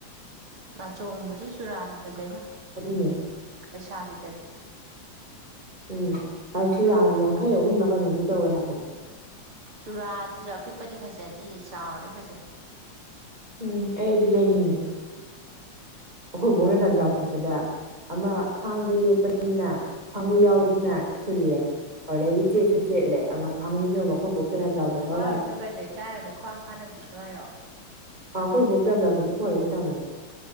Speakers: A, on the right (about 85°); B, on the right (about 20°).
A: ꯅꯥꯆꯣꯡꯕꯨꯗꯤ ꯆꯨꯔꯥꯟꯅ ꯐꯖꯩꯕꯣ
B: ꯑꯗꯨꯅꯦ
A: ꯂꯩꯁꯥꯕꯤꯗꯗꯤ
B: ꯎꯝ ꯁꯤ ꯌꯥꯗꯤ ꯌꯥꯡꯈꯩ ꯑꯍꯨꯝꯂꯥ ꯀꯩꯅꯣꯁꯨ ꯇꯧꯋꯦ ꯍꯥꯏ
A: ꯆꯨꯔꯥꯗꯨꯁꯨ ꯑꯄꯤꯛꯄꯗꯤ ꯐꯖꯗꯦ ꯆꯥꯎꯔꯗꯤ ꯐꯖꯩ
B: ꯎꯝ ꯑꯩ ꯑꯗꯨ ꯂꯩꯅꯤꯡꯉꯦ ꯑꯩꯈꯣꯏ ꯕꯣꯛꯅ ꯂꯝꯖꯥꯎ ꯆꯠꯄꯗ ꯑꯃ ꯈ꯭ꯋꯥꯡꯗ ꯌꯦꯞꯄꯗꯨꯅ ꯈ꯭ꯋꯥꯡꯃꯤ ꯌꯥꯎꯕꯗꯨꯅ ꯊꯨꯜꯂꯦ ꯑꯗꯩꯩꯁꯨ ꯆꯦꯠꯁꯨ ꯆꯦꯠꯂꯦ ꯑꯗꯨꯅ ꯈ꯭ꯋꯥꯡꯅꯤꯗꯣ ꯑꯈꯣꯏ ꯕꯣꯛꯇ ꯂꯝꯖꯥꯎꯗ ꯂꯧꯍꯜꯂꯛꯑꯒꯦ
A: ꯋꯥꯔꯁꯨ ꯀꯩꯅꯣ ꯏꯀꯥꯏ ꯍꯥꯏꯔꯨꯅꯣ ꯈ꯭ꯋꯥꯡ ꯐꯅꯕꯁꯤꯁꯨ ꯍꯥꯏꯔꯛꯑꯣ
B: ꯑ ꯑꯩꯈꯣꯏ ꯕꯣꯛꯇꯥ ꯂꯝꯖꯥꯎ ꯆꯠꯄꯗ ꯄꯣꯍꯜꯂꯛꯀꯦ ꯇꯧꯕꯅꯦ